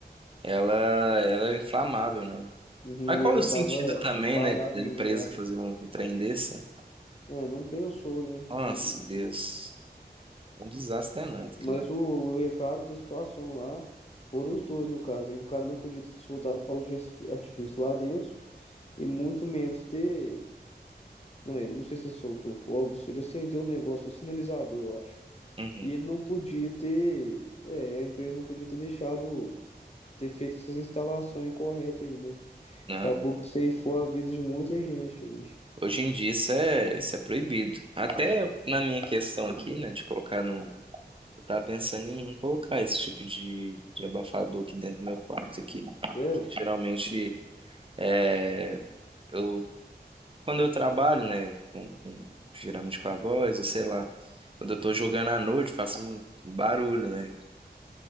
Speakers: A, on the right (about 30°); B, on the left (about 35°).
A: ela, ela é inflamável, né?
B: Uhum,
A: Mas qual
B: e ela
A: é o sentido
B: tava
A: também,
B: espalhada
A: né, da
B: no
A: empresa
B: lugar.
A: fazer um, um trem desse, né?
B: É, não pensou, né?
A: Nossa,
B: Hum,
A: Deus. Um desastre danado aquilo
B: Mas
A: lá.
B: o, o errado da situação lá foram os dois, no caso. Hein? O cara não podia ter soltado fogos de artifi- artifício lá dentro e muito menos ter. Não, eu não sei se ele soltou fogos, ele acendeu o negócio, o sinalizador, eu acho.
A: Uhum.
B: E ele não podia ter. É, a empresa não podia ter deixado ter feito essas instalações incorretas aí, né?
A: Não.
B: Acabou que ceifou a vida de muita gente aí.
A: Hoje em dia isso é, isso é proibido. Até na minha questão aqui, né, de colocar no. Eu tava pensando em colocar esse tipo de, de abafador aqui dentro do meu quarto aqui.
B: Sério?
A: Geralmente, é, eu quando eu trabalho, né, com, com- geralmente com a voz, ou sei lá, quando eu tô jogando à noite, faço um barulho, né,